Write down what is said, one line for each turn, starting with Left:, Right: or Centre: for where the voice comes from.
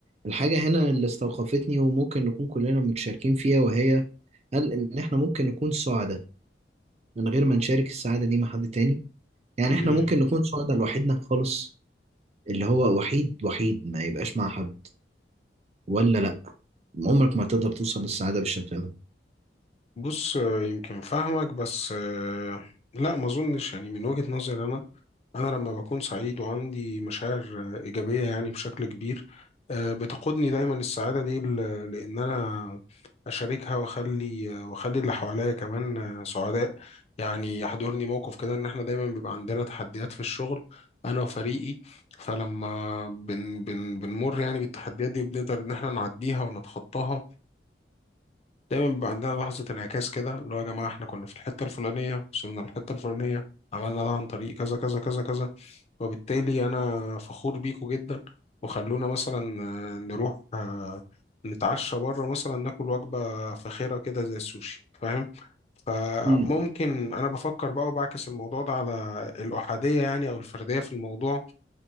Right: الحاجة هنا اللي استوقفتني وممكن نكون كلنا متشاركين فيها وهي هل إن إحنا ممكن نكون سعداء من غير ما نشارك السعادة دي مع حد تاني؟ يعني
Left: المشكلة؟
Right: إحنا ممكن نكون سعداء لوحدنا خالص اللي هو وحيد وحيد ما يبقاش مع حد ولا لأ؟ عمرك ما تقدر توصل للسعادة بالشكل ده
Left: بص آه، يمكن فاهمك بس آه، لا ما اظنش يعني من وجهة نظري انا انا لما بكون سعيد وعندي مشاعر آه، ايجابية يعني بشكل كبير آه، بتقودني دايما السعادة دي ل- لان انا اشاركها واخلي آه، واخلي اللي حواليا كمان آه، سعداء يعني يحضرني موقف كده ان احنا دايما بيبقى عندنا تحديات في الشغل انا وفريقي فلما بن بن بنمر يعني بالتحديات دي بنقدر ان احنا نعديها ونتخطاها دايما بيبقى عندنا لحظة انعكاس كده اللي هو يا جماعة احنا كنا في الحتة الفلانية وصلنا للحتة الفلانية عملنا ده عن طريق كذا كذا كذا كذا وبالتالي أنا فخور بيكو جدا وخلونا مثلا آه، نروح آه، نتعشى بره مثلا ناكل وجبة فاخرة كده زي السوشي فاهم فممكن
Right: مم.
Left: أنا بفكر بقى وبعكس الموضوع ده على الأحادية يعني أو الفردية في الموضوع